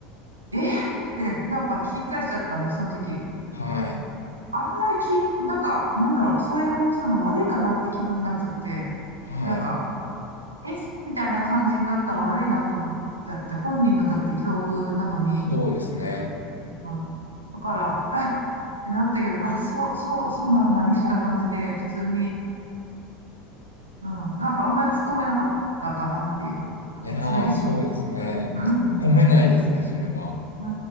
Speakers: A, on the right (about 80°); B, on the left (about 85°).
A: えってなんか聞き返しちゃったんで、その時。
B: はい、
A: あんまり聞い、なんか、なんだろう、そういう反応しても悪いかなって気分になっちゃって、
B: はい、
A: なんか、えみたいな感じになったら悪いなと思っちゃって、本人のだって境遇なのに、
B: そうですね。
A: うんだから、あってなったけど、あ、そう、そう、そうなんだ、みたいな感じで、普通に、うん、なんかあんまり突っ込めなかったかなっていう、<laughs>
B: いやー、
A: それ以上。
B: そうですね。
A: <laughs>
B: 突っ込めないですね、それは。
A: う